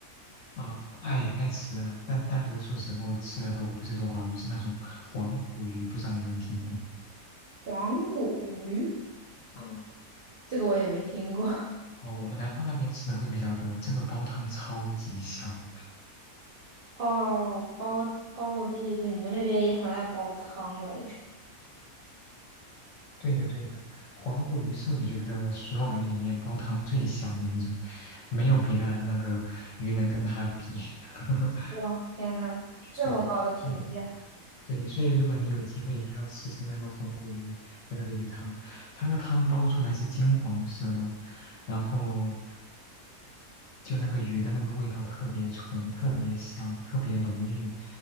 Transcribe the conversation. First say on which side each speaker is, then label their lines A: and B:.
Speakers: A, on the left; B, on the right.
A: 啊、呃爱爱吃啊，但大多数时候吃的都不是多宝鱼，是那种黄骨鱼，不知道你有没有听过？
B: 黄骨鱼。
A: 嗯，
B: 这个我也没听过。<laughs>
A: 哦，我们南方那边吃的会比较多，这个煲汤超级香。
B: 哦，煲，哦，对对对，你们那边也很爱煲汤来着。
A: 对的，对的，黄骨鱼是我觉得所有鱼里面煲汤最香的一种，没有别的那个鱼能跟它比。<laughs>
B: 哇，天呐，这么高的评价
A: 对对，对，所以如果你有机会，一定要吃吃那个黄骨鱼的那个鱼汤，它那个汤煲出来是金黄色的，然后就那个鱼的那个味道特别纯，特别香，特别浓郁。